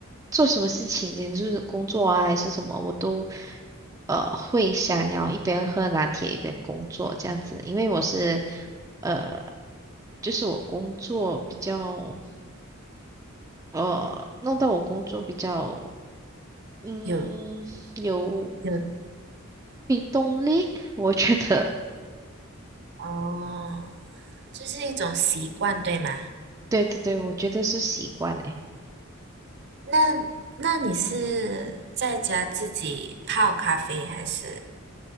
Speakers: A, on the right; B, on the right.
A: 做什么事情，简直就是工作啊还是什么，我都呃会想要一边喝拿铁一边工作这样子，因为我是呃就是我工作比较呃弄到我工作比较嗯有
B: 有有
A: 动力，我觉得。
B: 哦，这是一种习惯，对吗？
A: 对对对，我觉得是习惯诶。
B: 那那你是在家自己泡咖啡，还是